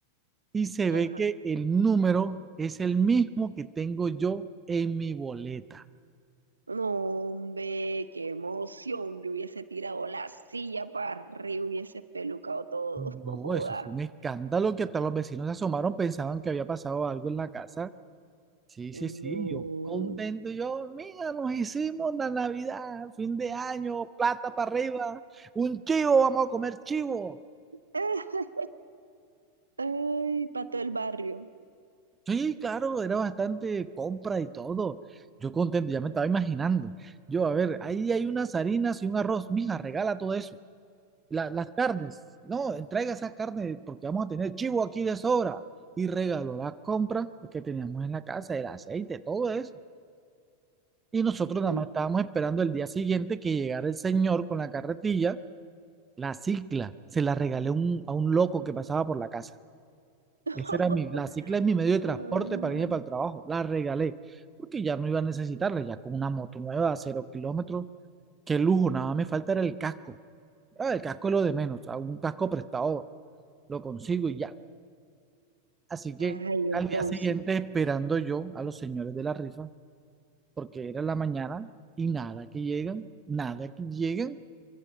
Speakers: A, on the right; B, on the right.
A: Y se
B: Ajá.
A: ve que el número es el mismo que tengo yo en mi boleta.
B: No, hombre, qué emoción. Yo hubiese tirado la silla para arriba, hubiese pelucado todo.
A: No,
B: <laughs> Joda.
A: eso fue un escándalo que hasta los vecinos se asomaron, pensaban que había pasado algo en la casa. Sí,
B: No.
A: sí, sí, yo contento, yo, mira, nos hicimos la Navidad, fin de año, plata para arriba, un chivo, vamos a comer chivo.
B: Ah, Ay, para todo el barrio.
A: Sí, claro, era bastante compra y todo. Yo contento, ya me estaba imaginando. Yo, a ver, ahí hay unas harinas y un arroz, mija, regala todo eso. La- las carnes, no, entrega esas carnes porque vamos a tener chivo aquí de sobra. Y regaló la compra que teníamos en la casa, el aceite, todo eso. Y nosotros
B: Uy.
A: nada más estábamos esperando el día siguiente que llegara el señor con la carretilla, la cicla. Se la regalé un- a un loco que pasaba por la casa.
B: <laughs>
A: Esa era mi, la cicla es mi medio de
B: Ah,
A: transporte para irme para el trabajo. La regalé porque ya no iba a necesitarla, ya con una moto nueva a cero kilómetros. Qué lujo, nada más me falta era el casco. Ah, el casco es lo de menos, a un casco prestado lo consigo y ya. Así que
B: Ay, entonces.
A: al día siguiente esperando yo a los señores de la rifa, porque era en la mañana y nada que llegan, nada que llegan.